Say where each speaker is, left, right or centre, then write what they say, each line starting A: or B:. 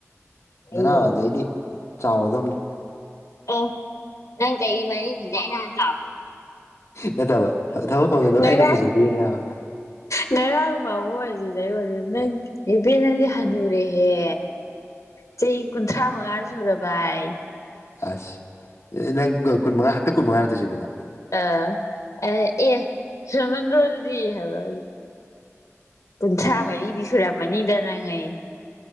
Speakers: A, on the left (about 60°); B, on the left (about 85°).
A: ꯅꯅꯥꯎꯑꯗꯩꯗꯤ
B: ꯑꯩ ꯂꯩꯔꯒ
A: ꯆꯥꯎꯔꯗꯝꯅꯤ
B: ꯑ ꯅꯪ ꯆꯥꯍꯤ ꯃꯔꯤꯗꯨꯗꯤ ꯑꯩꯅꯥ ꯍꯥꯟ
A: ꯅꯠꯇꯕ ꯊꯕꯛ ꯐꯪꯒꯗꯕ
B: ꯉꯔꯥꯡ
A: ꯑꯩꯅ ꯄꯨꯊꯣꯛꯄꯤꯔꯤꯅꯦ ꯍꯥꯏꯕ
B: ꯉꯔꯥꯡ ꯃꯥꯕ‌ꯣꯛ ꯑꯁꯤ ꯗꯥ ꯑꯩꯉ‌ꯣꯟꯗꯥ ꯅꯪ ꯆ‌ꯦ ꯄ‌‌ꯦ ꯅꯪꯗꯤ ꯍꯟꯅꯨꯔꯦꯍꯦ
A: <inaudible>
B: ꯆꯍꯤ ꯀꯨꯟꯊ꯭ꯔꯥ ꯃꯉꯥ ꯁꯨꯨꯔꯕꯥꯏ
A: ꯑꯁ ꯑꯦ ꯅꯪ ꯀꯨꯟ ꯃꯉꯥ ꯍꯟꯛꯇꯛ ꯀꯨꯟ ꯃꯉꯥ ꯅꯇ‌ꯣ ꯆ‌ꯦ ꯄ‌ꯦ ꯅꯪ
B: ꯑ ꯑꯩ ꯑ‌ꯦ ꯍ‌ꯦꯃꯟ ꯗꯔ‌ꯣ ꯑꯗꯨꯗꯤ ꯍꯥꯏꯕ ꯀꯨꯟꯊ꯭ꯔꯥ ꯃꯔꯤꯗꯤ ꯁꯨꯔꯝꯃꯅꯤꯗ ꯅꯪ ꯑꯌ‌ꯦ